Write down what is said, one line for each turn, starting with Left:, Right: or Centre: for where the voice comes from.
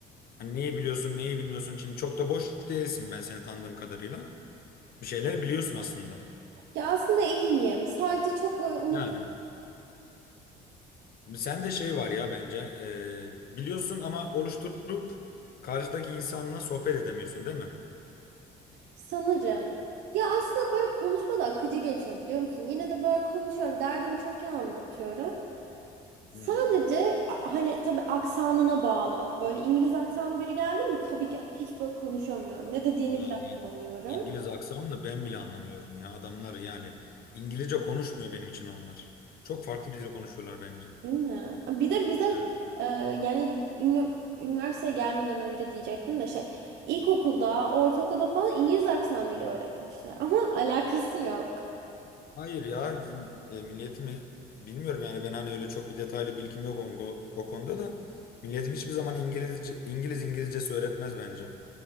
Left: Hani neyi biliyorsun, neyi bilmiyorsun. Şimdi çok da boş değilsin ben seni tanıdığım kadarıyla. Bir şeyler biliyorsun aslında.
Right: Ya aslında iyiyim. Sadece çok böyle unut
Left: Yani. Sende şey var ya bence e, biliyorsun ama oluşturup karşıdaki insanla sohbet edemiyorsun değil mi?
Right: sanırım. Ya aslında böyle konuşma da akıcı geçiyor biliyor musun? Yine de böyle konuşuyorum. Derdimi çok iyi anlatıyorum. Sadece
Left: Hı.
Right: a- hani tabii aksanına bağlı. Böyle İngiliz aksanı biri geldi mi tabii ki hiç böyle konuşamıyorum. Ne dediğini
Left: Ya
Right: bile
Left: İng-
Right: anlamıyorum.
Left: İngiliz aksanını ben bile anlamıyorum ya adamlar yani İngilizce konuşmuyor benim için onlar. Çok farklı bir dil konuşuyorlar bence.
Right: Değil mi? Bir de bize
Left: Evet.
Right: e, yani ünü- üniversiteye gelmeden önce diyecektim de şey ilkokulda, ortaokulda falan İngiliz aksanıyla öğretmişler. Ama <laughs> alakası yok.
Left: Hayır ya bizim e, milletimi bilmiyorum yani ben hani öyle çok bir detaylı bilgim yok o, o konuda da milletim hiçbir zaman İngilizce İngiliz İngilizcesi öğretmez bence.